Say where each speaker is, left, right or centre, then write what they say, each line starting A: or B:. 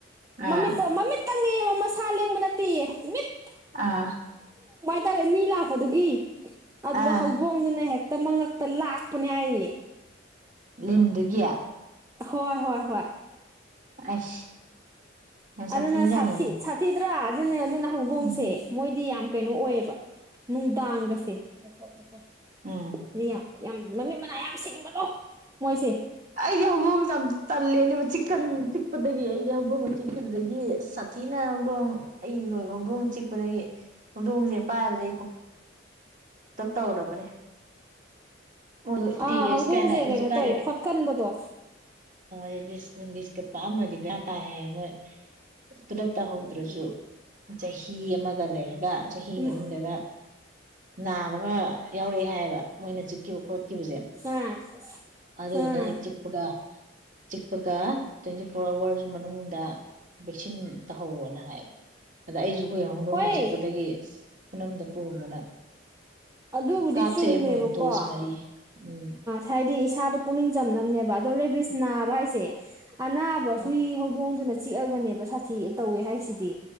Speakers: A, on the right; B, on the right.
A: ꯃꯃꯤꯠꯇꯣ
B: ꯑꯥ
A: ꯃꯃꯤꯠ ꯈꯪꯉꯦ ꯃꯁꯥ ꯂꯦꯡꯕ ꯅꯠꯇꯦ ꯃꯤꯠ
B: ꯑꯥ
A: ꯍꯥꯏꯇꯥꯔꯦ ꯃꯤ ꯂꯥꯛꯄꯗꯨꯒꯤ ꯑꯗꯨꯗ
B: ꯑꯥ
A: ꯍꯧꯗꯣꯡꯗꯨꯅ ꯍꯦꯛꯇ ꯇ ꯃꯉꯛꯇ ꯂꯥꯛꯄꯅꯦ ꯍꯥꯏꯔꯤꯌꯦ꯫
B: ꯂꯤꯟꯗꯨꯒꯤ
A: ꯍꯣꯏ ꯍꯣꯏ ꯍꯣꯏ
B: ꯑꯁ ꯌꯥꯝ
A: ꯑꯗꯨꯅ
B: ꯁꯥꯊꯤꯖꯥꯠꯅꯤꯅꯦ
A: ꯁꯥꯊꯤ ꯁꯥꯊꯤ ꯗꯔ ꯑꯗꯨꯅꯦ ꯑꯗꯨꯅ ꯍꯧꯗꯣꯡꯁꯦ
B: ꯎꯝ
A: ꯃꯣꯏꯗꯤ ꯌꯥꯝ ꯀꯩꯅꯣ ꯑꯣꯏꯌꯦꯕ ꯅꯨꯡꯗꯥꯡꯒꯁꯦ <unintelligible>
B: ꯎꯝ
A: ꯌꯥꯝ ꯃꯃꯤꯠ ꯃꯅꯥꯏ ꯌꯥꯝ ꯁꯤꯡꯕꯗꯣ ꯃꯣꯏꯁꯦ
B: ꯑꯩꯗꯤ ꯍꯧꯗꯣꯡꯁꯦ ꯌꯥꯝ ꯆꯜꯂꯦ ꯑ ꯆꯤꯛ ꯆꯤꯛꯄꯗꯒꯤ ꯑꯩꯗꯤ ꯍꯧꯗꯣꯡꯅ ꯆꯤꯛꯈꯤꯕꯗꯒꯤ ꯁꯥꯊꯤꯅ ꯍꯧꯗꯣꯡ ꯑꯩ ꯂꯣꯏꯕ ꯍꯧꯗꯣꯡꯅ ꯆꯤꯛꯄꯗꯒꯤ ꯍꯧꯗꯣꯡꯁꯦ ꯄꯥꯏꯕꯗꯒꯤ ꯇꯞ ꯇꯧꯔꯕꯅꯦ ꯑꯣ
A: ꯑꯥ
B: ꯇꯤꯔꯤꯜꯁ
A: ꯍꯧꯗꯣꯡꯁꯦ
B: ꯀ ꯍꯧꯖꯤꯛ
A: ꯀꯩꯅꯣ
B: ꯀꯟ
A: ꯇꯧꯋꯦ ꯈꯣꯠꯀꯟꯕꯗꯣ
B: ꯔꯦꯕꯥꯁ ꯅꯨꯡꯁꯤ ꯀꯥ ꯄꯛꯑꯃꯃꯗꯤ ꯕꯦꯔꯥ ꯀꯥꯏ ꯍꯥꯏꯃꯣꯢ꯫ <unintelligible> ꯈꯨꯗꯛꯇ ꯍꯧꯗ꯭ꯔꯁꯨ ꯆꯍꯤ ꯑꯃꯒ ꯂꯩꯔꯒ ꯆꯍꯤ
A: ꯎꯝ
B: ꯃꯅꯨꯡꯗꯒ ꯅꯥꯕꯒ ꯌꯥꯎꯔꯛꯑꯦ ꯍꯥꯏꯌꯦꯕ ꯃꯣꯏꯅ ꯆꯤꯛꯈꯤꯕ ꯈꯣꯠꯈꯤꯕꯁꯦ
A: ꯑꯥ
B: ꯑꯗꯨꯗꯨꯅ
A: ꯑꯥ
B: ꯍꯦꯛ ꯆꯤꯛꯄꯒ ꯆꯤꯛꯄꯒ ꯇ꯭ꯋꯦꯟꯇꯤ ꯐꯣꯔ ꯑꯋꯔꯁ ꯃꯅꯨꯡ ꯗ ꯚꯦꯛꯁꯤꯟ ꯇꯥꯍꯧꯋꯅ ꯍꯥꯏꯕ ꯑꯗ ꯑꯩꯁꯨ ꯑꯩꯈꯣꯏ ꯍꯧꯗꯣꯡꯅ
A: ꯍꯣꯏ
B: ꯆꯤꯛꯄꯗꯒꯤ ꯏꯁ ꯈꯨꯅꯝꯗ ꯄꯣꯝꯗꯅ꯫
A: ꯑꯗꯨꯕꯨꯗꯤ
B: ꯀꯥꯞꯊꯣꯛꯑꯦ
A: ꯆꯨꯝꯃꯦꯕꯀꯣ
B: ꯃꯣꯏ ꯗꯣꯁ
A: ꯑ
B: ꯃꯔꯤ ꯎꯝ
A: ꯍꯥꯏꯗꯤ ꯏꯁꯥꯗꯣ ꯄꯨꯛꯅꯤꯡ ꯆꯝꯅꯕꯅꯦꯕ ꯑꯗꯣ ꯔꯦꯕꯤꯁ ꯅꯥꯕ ꯍꯥꯏꯁꯦ <inaudible> ꯑꯅꯥꯕ
B: ꯑꯥ
A: ꯍꯨꯏ ꯍꯧꯗꯣꯡꯗꯨꯅ ꯆꯤꯛꯑꯒꯅꯦꯕ ꯁꯥꯊꯤ ꯇꯧꯋꯦ ꯍꯥꯏꯁꯤꯗꯤ